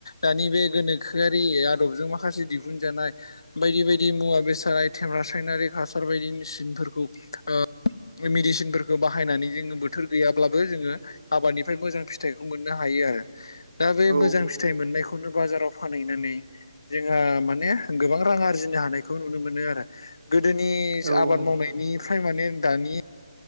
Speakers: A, on the left; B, on the right.
A: दानि बे गोनोखोआरि आ दबजों माखासे दिहुन जानाय बायदि बायदि मुवा बेसाद आयथेम रासायनारि हासार बायदि मिसिन फोरखौ ओ मेडिसिनफोरखौ बाहायनानै जोङो बोथोर गैयाब्लाबो जोङो आबादनिफ्राय मोजां फिथाइखौ मोननो हायो आरो दा बै
B: औ
A: मोजां फिथाइ मोननायखौनो बाजाराव फानहैनानै जोंहा माने गोबां रां आरजिनो हानायखौ नुनो मोनो आरो। गोदोनि
B: औ
A: आबाद
B: नंगौ
A: मावनायनिफ्राय
B: नोंथां
A: माने दानि